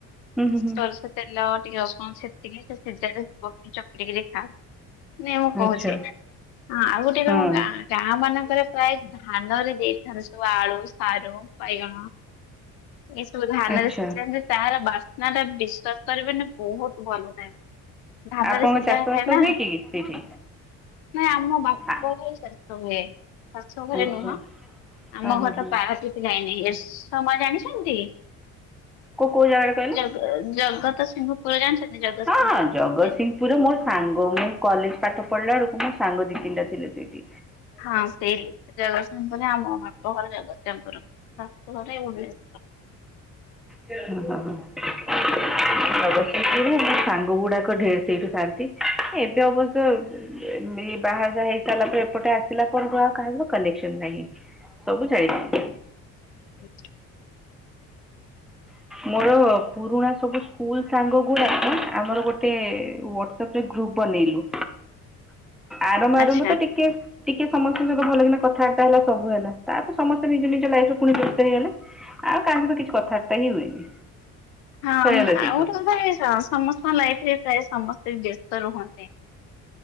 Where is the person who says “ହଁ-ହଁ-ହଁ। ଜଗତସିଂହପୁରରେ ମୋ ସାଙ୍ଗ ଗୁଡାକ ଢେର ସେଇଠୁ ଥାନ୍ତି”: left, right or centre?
Centre